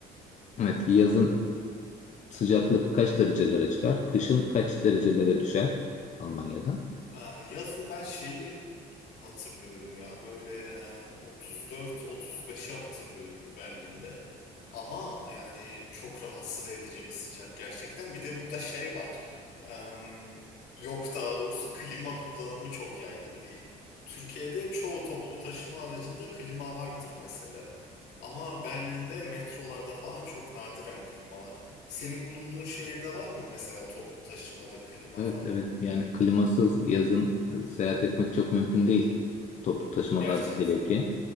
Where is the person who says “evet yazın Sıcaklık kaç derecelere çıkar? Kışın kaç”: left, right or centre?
Left